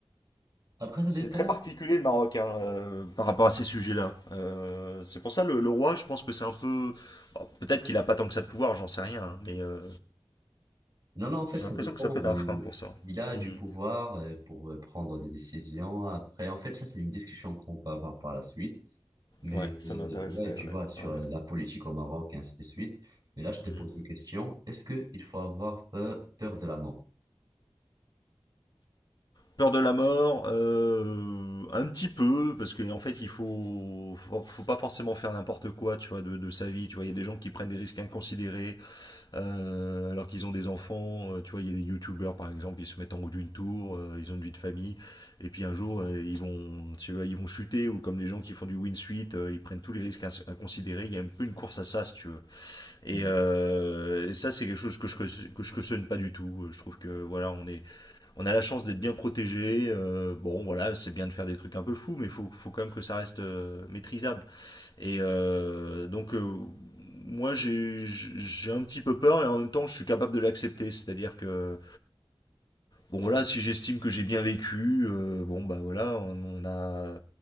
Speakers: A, on the right (about 45°); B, on the left (about 50°).
A: Après, ça dépend.
B: C'est très particulier le Maroc, hein, euh, par rapport à ces sujets-là. Euh, c'est pour ça le, le roi, je pense que c'est un peu... bon, peut-être qu'il a pas tant que ça de pouvoir, j'en sais rien, hein, mais euh,
A: Non, non, en fait,
B: J'ai
A: ça
B: l'impression
A: dépend.
B: que ça peut être
A: euh,
B: un frein pour ça.
A: il a du
B: Mhm.
A: pouvoir euh, pour euh, prendre des décisions. Après, en fait, ça, c'est une discussion qu'on peut avoir par la suite. Mais
B: Ouais, ça
A: euh,
B: m'intéresserait,
A: ouais, tu vois,
B: ouais.
A: sur
B: ouais.
A: euh, la politique au Maroc et ainsi de suite. Mais là, je te
B: Mhm.
A: pose une question. Est-ce qu'il faut avoir peur, peur de la mort?
B: Peur de la mort, euh, un petit peu, parce qu'en en fait, il faut, faut, faut pas forcément faire n'importe quoi, tu vois, de, de sa vie. Tu vois, il y a des gens qui prennent des risques inconsidérés euh, alors qu'ils ont des enfants. euh, tu vois, il y a des youtubeurs par exemple, ils se mettent en haut d'une tour, euh, ils ont une vie de famille, et puis un jour, euh, ils vont, tu vois, ils vont chuter ou comme les gens qui font du win suite, euh, ils prennent tous les risques ins- inconsidérés. Il y a un peu une course à ça, si tu veux. Et
A: Hmm.
B: euh, ça, c'est quelque chose que je, que je cautionne pas du tout. Je trouve que voilà, on, est, on a la chance d'être bien protégé. Euh, bon, voilà, c'est bien de faire des trucs un peu fous, mais faut, faut, quand même que ça reste euh, maîtrisable. Et euh, donc, euh, moi, j'ai j'ai un petit peu peur et en même temps, je suis capable de l'accepter. C'est-à-dire que, bon, voilà, si j'estime que j'ai bien vécu, euh, bon, bah voilà, on, on a